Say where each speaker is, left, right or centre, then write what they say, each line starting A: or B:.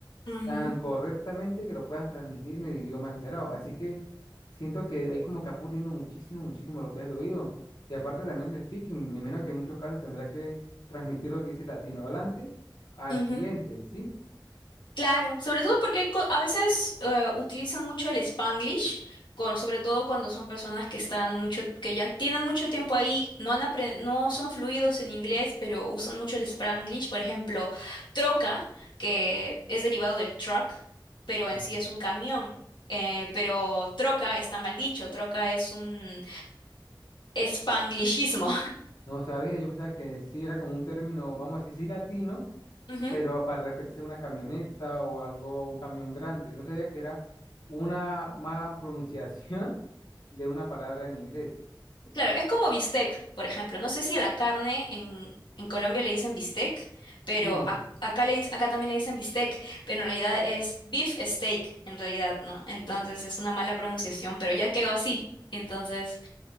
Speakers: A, on the left; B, on the left.
A: Ujú,
B: tan correctamente que lo puedas transmitir en el idioma esperado. Así que siento que ahí como que va puliendo muchísimo, muchísimo lo que es el oído. Y aparte también el speaking, me imagino que en muchos casos tendrás que transmitir lo que dice el latino hablante al
A: ujú.
B: cliente, ¿sí?
A: Claro, sobre todo porque co- a veces eh, utilizan mucho el Spanglish, cor- sobre todo cuando son personas que están mucho, que ya tienen mucho tiempo ahí, no han apren- no son fluidos en inglés, pero usan mucho el Spanglish. Por ejemplo, troca, que es derivado del truck, pero en
B: Ah,
A: sí es un camión. Eh, pero troca está mal dicho, troca es un Spanglishismo.
B: No sabía, yo pensaba que sí era como un término, vamos a decir, sí latino,
A: <laughs>
B: pero para referirse a una camioneta o algo, un camión grande. No sabía que era una mala pronunciación <laughs> de una palabra en inglés.
A: Claro, es como bistec, por ejemplo. No sé si a la carne en, en Colombia le dicen bistec, pero
B: Sí.
A: ac- acá, le, dic- acá también le dicen bistec, pero en realidad es beef steak, en realidad, ¿no? Entonces es una mala pronunciación, pero ya quedó así. Entonces,